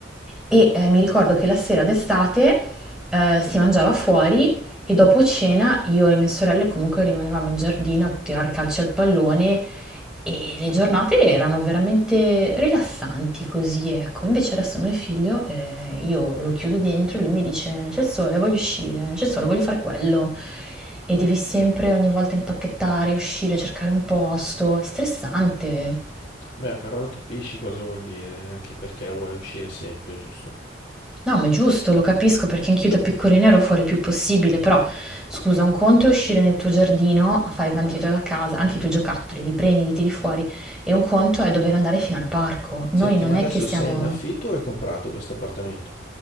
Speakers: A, in the centre; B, on the left (about 40°).
A: E eh, mi ricordo che la sera d'estate eh, si mangiava fuori e dopo cena io e mie sorelle comunque rimanevamo in giardino a tirar calcio al pallone e le giornate erano veramente rilassanti così, ecco. Invece adesso mio figlio, eh, io lo chiudo dentro e lui mi dice c'è il sole, voglio uscire, c'è il sole, voglio fare quello. E devi sempre ogni volta impacchettare, uscire, cercare un posto. È stressante.
B: Beh, però lo capisci cosa vuol dire, anche perché vuole uscire sempre, giusto?
A: No, ma è giusto, lo capisco perché anch'io da piccolina ero fuori il più possibile, però scusa, un conto è uscire nel tuo giardino, fai avanti e indietro da casa, anche i tuoi giocattoli, li prendi, li tiri fuori, e un conto è dover andare fino al parco. Noi
B: Senti,
A: non
B: ma adesso
A: è che siamo
B: sei in affitto o hai comprato questo appartamento?